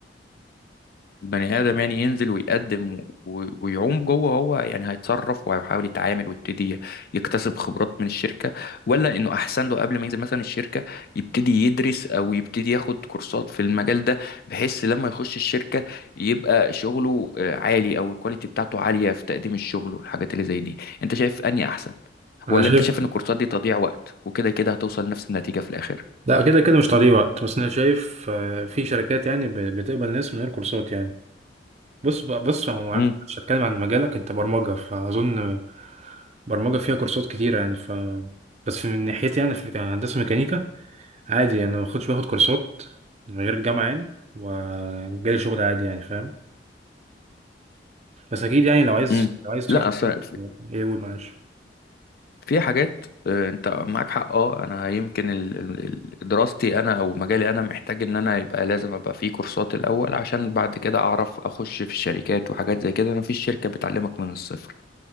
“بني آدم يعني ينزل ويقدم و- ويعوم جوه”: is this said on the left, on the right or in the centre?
Left